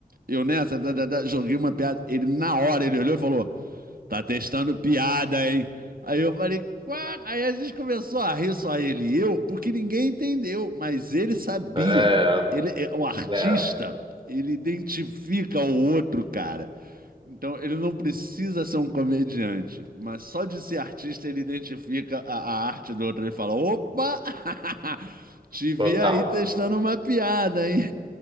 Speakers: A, on the right; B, on the right.
A: Eu nessa, da, da, da, joguei uma piada. Ele, na hora, ele olhou e falou: Tá testando piada, hein? Aí eu falei, "Quá?" aí a gente começou a rir só ele e eu, porque ninguém entendeu, mas ele sabia.
B: É,
A: Ele, é- o artista,
B: né,
A: ele identifica o outro, cara. Então ele não precisa ser um comediante, mas só de ser artista ele identifica a, a arte do outro. Ele fala, opa, <laughs> te vi
B: total.
A: aí testando uma piada, hein?